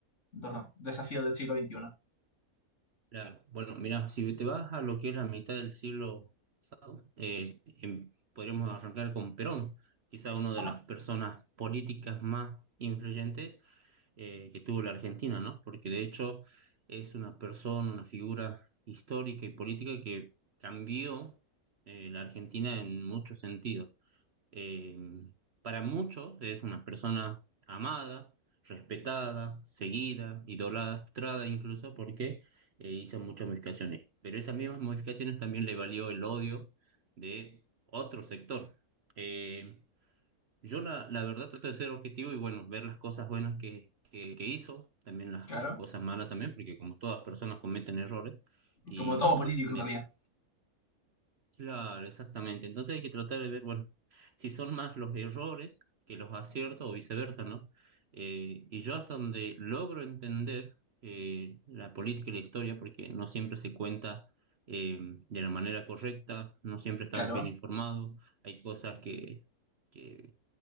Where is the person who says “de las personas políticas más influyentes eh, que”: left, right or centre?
Right